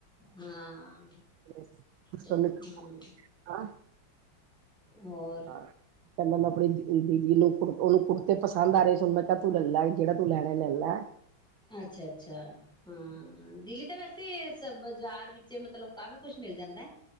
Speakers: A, in the centre; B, on the right.
A: ਹਾਂ
B: ਸਿਸਟਰ
A: ਹਾਂ
B: ਨੇ ਹਾਂ
A: ਹੋਰ
B: ਕਹਿੰਦਾ ਮੈਂ ਆਪਣੇ ਜੀ- ਦੀਦੀ ਨੂੰ ਕੁ ਉਨੂੰ ਕੁੜਤੇ ਪਸੰਦ ਆ ਰੇ ਸਨ। ਮੈਂ ਕਿਹਾ ਤੂੰ ਲੈ ਲਾ। ਜਿਹੜਾ ਤੂੰ ਲੈਣਾ ਲੈ ਲਾ।
A: ਅੱਛਾ ਅੱਛਾ ਹਾਂ ਦਿੱਲੀ ਤਾਂ ਵੈਸੇ- ਚ-ਬਾਜ਼ਾਰ ਵਿੱਚ ਮਤਲਬ ਕਾਫ਼ੀ ਕੁੱਛ ਮਿਲ ਜਾਂਦਾ।